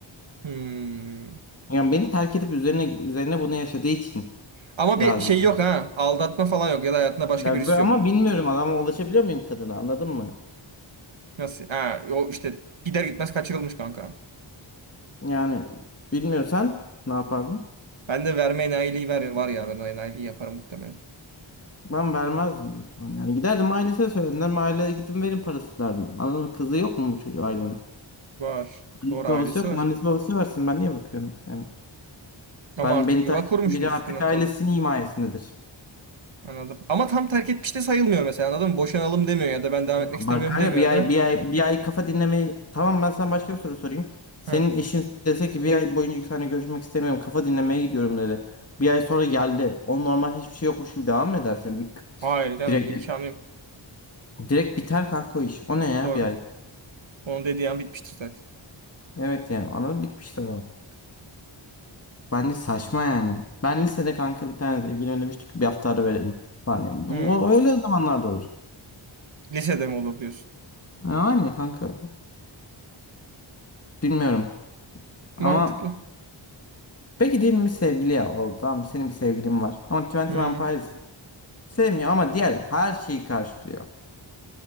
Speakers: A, on the right (about 70°); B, on the left (about 30°).
A: Hmm.
B: Yani beni terk edip üzerine üzerine bunu yaşadığı için
A: Ama
B: birazcık
A: bir şey yok ha. Aldatma falan yok ya da hayatında başka
B: Ya
A: birisi
B: ben- ama
A: yok.
B: bilmiyorum adama ulaşabiliyor muyum kadına anladın mı?
A: Nasıl? Ha, o işte gider gitmez kaçırılmış kanka.
B: Yani bilmiyorsan ne yapardın?
A: Ben de verme enayiliği ver, var ya ben o enayiliği yaparım muhtemelen.
B: Ben vermezdim büyük ihtimal yani. Giderdim ailesine söylerdim. Derim, Aileye gidin verin parasını derdim. Anladın mı? Kızı yok mu bu çocuğu ailenin?
A: Var.
B: Annesi
A: Doğru
B: babası
A: ailesi
B: yok
A: var.
B: mu? Annesi babası versin ben niye bakıyorum? Yani
A: Ama
B: ben
A: artık
B: beni
A: yuva
B: takip
A: kurmuşsunuz
B: eden biri artık
A: bir noktada.
B: ailesinin himayesindedir.
A: Anladım. Ama tam terk etmiş de sayılmıyor mesela anladın mı? Boşanalım demiyor ya da ben devam
B: Bak
A: etmek istemiyorum
B: kanka
A: demiyor
B: bir ay
A: da.
B: bir ay bir ay kafa dinlemeyi tamam ben sana başka bir soru sorayım. Senin
A: Hı.
B: eşin dese ki bir ay boyunca seninle görüşmek istemiyorum kafa dinlemeye gidiyorum dedi. Bir ay sonra geldi. O normal hiçbir şey yokmuş gibi devam mı edersin? Yani bir,
A: Hayır canım
B: direkt
A: imkanı yok.
B: direkt biter kanka o iş. O ne ya
A: Doğru.
B: bir ay?
A: Onun dediği an bitmiştir zaten.
B: Evet yani anladım bitmiştir o. Bence saçma yani. Ben lisede kanka bir tane sevgili ödemiştik bir hafta ara verelim falan. Yani bu
A: Hı.
B: o- öyle zamanlarda olur.
A: Lisede mi olur diyorsun?
B: Yani kanka bilmiyorum ama
A: Mantıklı.
B: Peki diyelim bir sevgili oldu tamam mı? Senin bir sevgilin var. Ama Twenty
A: Hı.
B: One sevmiyor ama diğer her şeyi karşılıyor.